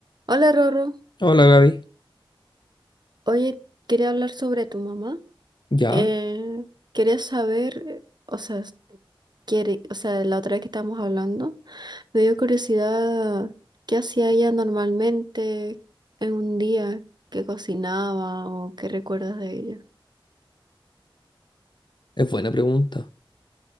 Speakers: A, on the right; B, on the left.
A: Hola Rorro,
B: Hola Gaby,
A: oye, quería hablar sobre tu mamá.
B: ya,
A: Eh, quería saber, eh, o sea, s- quiere, o sea, la otra vez que estábamos hablando, me dio curiosidad qué hacía ella normalmente en un día, qué cocinaba o qué recuerdas de ella.
B: es buena pregunta.